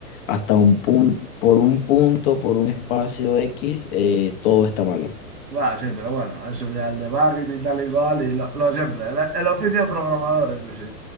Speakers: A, on the left (about 35°); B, on the right (about 85°).
A: hasta un punto, por un punto, por un espacio X, eh, todo está malo.
B: Bueno, sí, pero bueno, eso ya el debugging y tal y cual, y lo, lo siempre, el, el oficio de programador, eso sí.